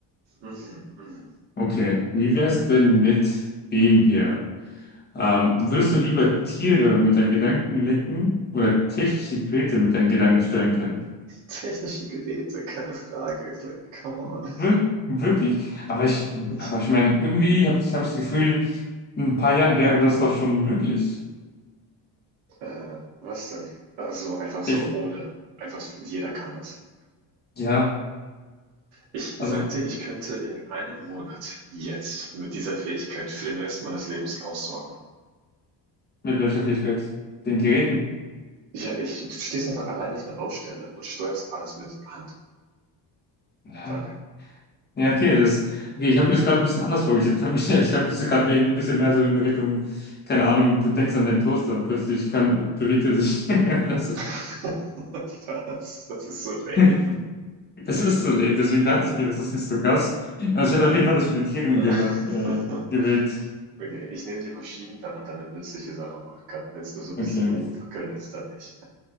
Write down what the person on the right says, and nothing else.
Mhm, mhm.
Technische Geräte, keine Frage. Like, come on.
Ich,
äh, was denn? Also einfach
so ohne. Einfach so, jeder kann das.
Ich sagte,
ich könnte in einem Monat jetzt mit dieser Fähigkeit für den Rest meines Lebens aussorgen.
Ja, ich, du stehst einfach allein auf einer Baustelle und steuerst alles mit Hand.
Von allein.
<laughs> Was? Das ist so lame.
Äh,
<laughs>
Okay, ich nehme die Maschinen, wenn man damit nützliche Sachen machen kann. Wenn es nur so ein
bisschen rumwackeln
ist, dann nicht.